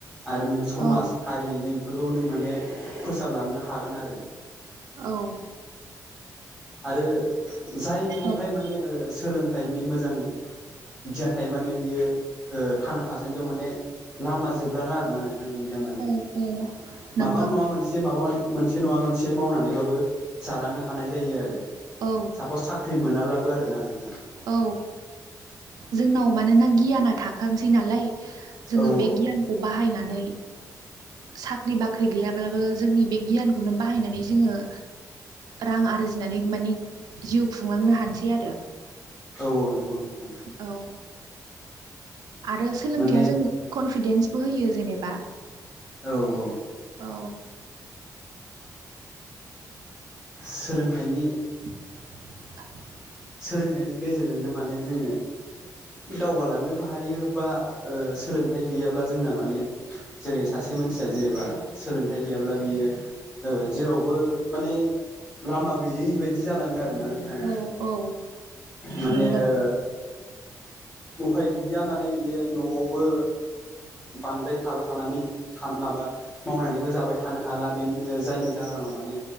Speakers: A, in the centre; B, on the right.
A: आरो नों समाज
B: औ
A: हारिनि नों बेखौबो नों माने फोसाबलांनो हागोन आरो
B: औ
A: आरो जायनिवहाय
B: औ
A: माने ओ सोलोंथाइनि मोजां गियान थायो माने बियो ओ थांना थासानदियाव माने लामा जोबलाङा आरोना नोंथां बिनिया माने
B: औ
A: माबा
B: नंगौ
A: नङा मोनसे माबा मोनसे नङा मोनसे मावनानैबाबो जालांनो हानाय ओ,
B: औ
A: सापस साख्रि मोनाब्लाबो आरोना नों।
B: औ जोंनाव मानोना गियाना थाखानोसै नालाय। जोङो
A: औ
B: बे गियानखौ बाहायनानै साख्रि बाख्रि गैयाब्लाबो जोंनि बे गियानखौनो बाहायनानै जोङो रां आरजिनानै मानि जिउ खुंलांनो हानोसै आरो।
A: औ औ नंगौ नोंथां।
B: औ आरो सोलोंथाया
A: माने
B: जोंनो कनफिदेन्स बो होयो जेनेबा
A: औ औ
B: औ
A: सोलोंथाइनि
B: <inaudible> <unintelligible>
A: सोलोंथाइनि गेजेरजोंनो माने जोङो दावगालांनोबो हायो बा सोलोंथाइ गैयाब्ला जोंना माने जेरै सासे मानसि ज जेनेबा सोलोंथाइ गैयामोनब्ला बियो ओ जेरावबो माने लामा गैयै बायदि जालाङो आरो ना नोंथां।
B: औ औ
A: माने
B: नोंगौ।
A: ओ उफाय गैया माने बियो न'आवबो बांद्राय थाबाय थानानै माबा मावनानैबो जाबाय थानो हाला बेनि जायनि जाहोनाव माने